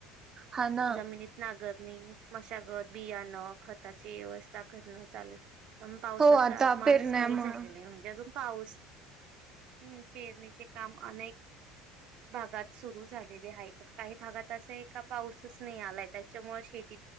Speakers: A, on the right (about 30°); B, on the right (about 55°).
A: हा ना
B: जमिनीत नागर नाही मशागत बियाणं खताची व्यवस्था करणं चालेल पण पावसाचं
A: हो आता
B: आगमानच
A: पेरण्यामुळे
B: नाही झालेलं आहे म्हणजे अजून पाऊस हम् पेरणीचे काम अनेक भागात सुरू झालेली आहे पण काही भागात असं आहे का पाऊसच नाही आलाय त्याच्यामुळे शेती